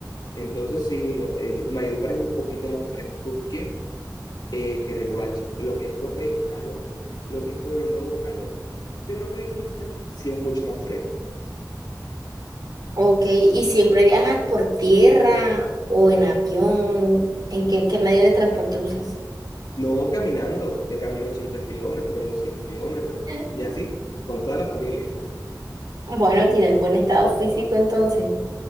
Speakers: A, on the left (about 75°); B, on the right (about 70°).
A: Entonces sí, no, eh, Valledupar es un poquito más fresco que, eh, que Riohacha. Lo que es Copey, calor. Lo que es Pueblo Nuevo, calor. Pero Pailitas sí es mucho más fresco.
B: Ok, ¿y siempre viajas por tierra o en avión? ¿En qué, qué medio de transporte usas?
A: No caminando, de camino 80 kilómetros, 100 kilómetros
B: <laughs>
A: y así, con toda la familia. <laughs>
B: Bueno, tienes buen estado físico entonces.